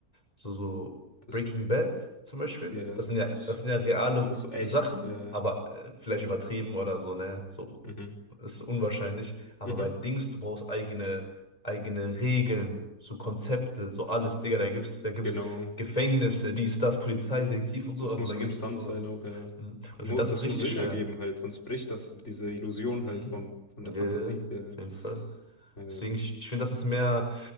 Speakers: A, on the left (about 25°); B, on the left (about 50°).
A: so, so
B: das,
A: Breaking Bad zum Beispiel.
B: ja, ja,
A: Das sind ja,
B: so-
A: das sind ja reale
B: das ist so echt,
A: Sachen,
B: ja,
A: aber
B: ja.
A: äh, vielleicht übertrieben oder so, ne? So
B: Mhm.
A: ist unwahrscheinlich. Aber
B: Mhm.
A: bei Dings, du brauchst eigene, eigene Regeln, so Konzepte, so alles, Digga, da gibt's, da gibt's
B: Genau,
A: Gefängnisse, dies, das, Polizeidetektiv und so,
B: das
A: also
B: muss
A: da
B: konstant
A: gibt's sowas.
B: sein auch, ja.
A: Mhm. Und
B: Das
A: ich finde,
B: muss,
A: das ist
B: das
A: richtig
B: muss Sinn
A: schwer.
B: ergeben halt, sonst bricht das diese Illusion
A: Mhm.
B: halt vom, von
A: Ja,
B: der Fantasie,
A: ja, ja,
B: ja,
A: auf jeden Fall.
B: ja, ja.
A: Deswegen,
B: ja.
A: ich, ich finde, das ist mehr